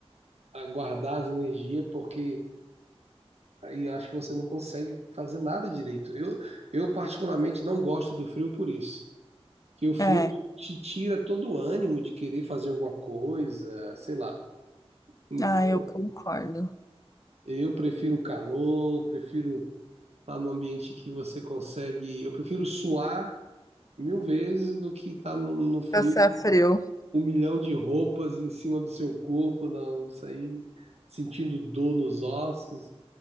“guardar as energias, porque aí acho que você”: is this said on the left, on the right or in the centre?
Right